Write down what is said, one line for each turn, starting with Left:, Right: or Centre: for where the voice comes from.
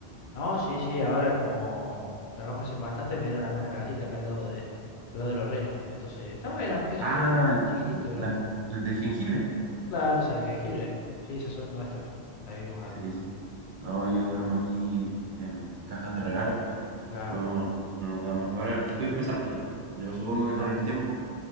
Left: No, sí, sí, ahora como trabajas en bastante me dieron acá una casita acá al lado de, al lado de los renos. Entonces, está bueno, qué sé
Right: Ah,
Left: yo, chiquitito, pero
Right: las,
Left: bueno.
Right: las de jengibre.
Left: Claro, esas de jengibre. Sí, esas son nuestras. Ahí vivimos algunos.
Right: Sí, sí, No, yo duermo aquí en cajas de regalo.
Left: Claro,
Right: No, no nos dan más. Bueno, es que estoy empezando también. Yo supongo que
Left: claro.
Right: con el tiempo.